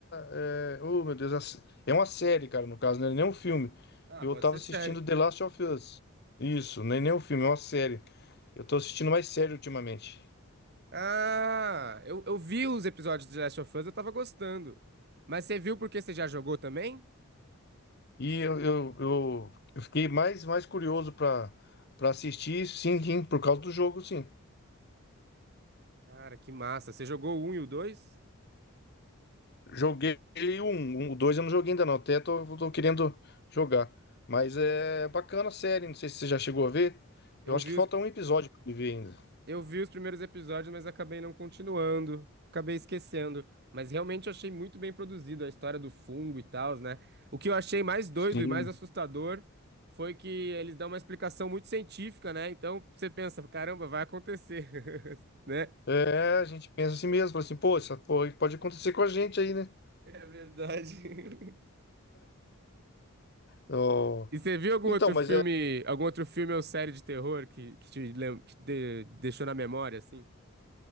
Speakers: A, on the left (about 50°); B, on the right (about 45°).
A: É, oh, meu Deus, ass- é uma série, cara, no caso, não é nem um filme.
B: Ah,
A: Eu
B: pode
A: tava
B: ser
A: assistindo
B: sério.
A: The Last of Us. Isso, nem nem um filme, é uma série. Eu tô assistindo mais série ultimamente.
B: Ah, eu, eu vi os episódios de Last of Us, eu tava gostando. Mas você viu porque você já jogou também?
A: E eu, eu, eu, eu fiquei mais, mais curioso para para assistir, sim, sim, por causa do jogo, sim.
B: Cara, que massa. Você jogou o 1 e o 2?
A: Joguei o um, o dois eu não joguei ainda não, até tô, tô querendo jogar. Mas é bacana a série, não sei se você já chegou a ver.
B: Eu
A: Eu acho
B: vi
A: que falta
B: os
A: um episódio pra me ver ainda.
B: Eu vi os primeiros episódios, mas acabei não continuando, acabei esquecendo. Mas realmente eu achei muito bem produzido a história do fungo e tal, né? O que eu achei mais doido
A: Sim.
B: e mais assustador foi que eles dão uma explicação muito científica, né? Então você pensa, caramba, vai acontecer, <laughs> né?
A: É, a gente pensa assim mesmo, fala assim, pô, essa porra pode acontecer com a gente aí, né?
B: É verdade. <laughs>
A: Ó,
B: E você viu algum
A: Então,
B: outro
A: mas
B: filme,
A: é
B: algum outro filme ou série de terror que, que te, lem- que te de- deixou na memória, assim?